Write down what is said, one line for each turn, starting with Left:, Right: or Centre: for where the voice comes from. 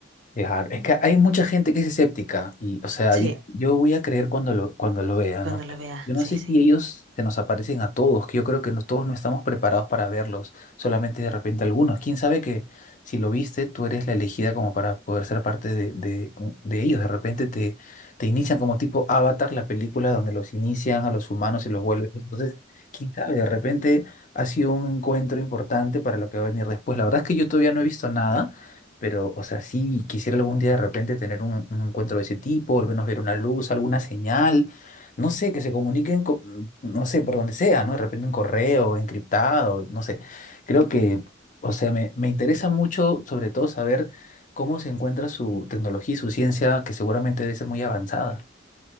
Left: Claro, es que hay mucha gente que es escéptica y, o sea,
Right: Sí,
Left: di- yo voy a creer cuando lo, cuando lo vea,
Right: cuando
Left: ¿no?
Right: lo
Left: Pero
Right: vea,
Left: yo no
Right: sí,
Left: sé
Right: sí.
Left: si ellos se nos aparecen a todos, que yo creo que no, todos no estamos preparados para verlos, solamente de repente algunos. ¿Quién sabe que si lo viste, tú eres la elegida como para poder ser parte de, de, un- de ellos? De repente te, te inician como tipo Avatar, la película donde los inician a los humanos y los vuelven. Entonces, quién sabe, de repente ha sido un encuentro importante para lo que va a venir después. La verdad es que yo todavía no he visto nada. Pero, o sea, sí, quisiera algún día de repente tener un, un encuentro de ese tipo, al menos ver una luz, alguna señal, no sé, que se comuniquen, co- no sé, por donde sea, ¿no? De repente un correo encriptado, no sé. Creo que, o sea, me, me interesa mucho, sobre todo, saber cómo se encuentra su tecnología y su ciencia, que seguramente debe ser muy avanzada.